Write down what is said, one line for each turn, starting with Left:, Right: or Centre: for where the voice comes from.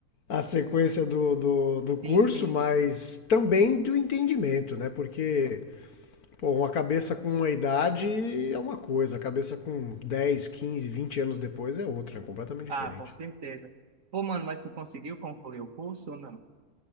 Left: a sequência do, do, do
Right: Sim,
Left: curso,
Right: sim.
Left: mas também do entendimento, né, porque Pô, uma cabeça com uma idade é uma coisa, a cabeça com 10, 15, 20 anos depois é outra, é completamente
Right: Ah,
Left: diferente.
Right: com certeza. Pô, mano, mas tu conseguiu concluir o curso ou não?